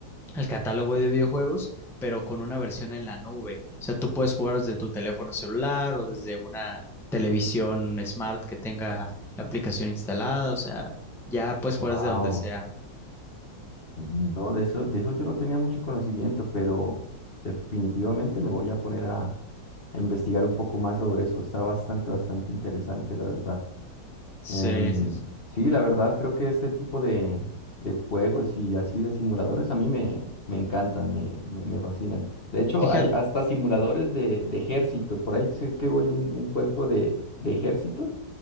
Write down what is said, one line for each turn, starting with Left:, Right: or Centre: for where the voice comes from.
Centre: al catálogo de videojuegos, pero con una versión en la nube. O sea, tú puedes jugar desde tu teléfono celular o desde una televisión smart que tenga la aplicación instalada. O sea, ya puedes jugar
Left: wow.
Centre: desde donde sea.
Left: No, de eso, de eso yo no tenía mucho conocimiento, pero definitivamente me voy a poner a, a investigar un poco más sobre eso. Está bastante, bastante interesante, la verdad.
Centre: Sí,
Left: Em,
Centre: sí, sí.
Left: sí, la verdad creo que este tipo de, de juegos y así de simuladores a mí me, me encantan, me, me, me fascinan. De hecho,
Centre: Fíjate.
Left: hay hasta simuladores de, de ejércitos. Por ahí sé que voy un, un juego de, de ejércitos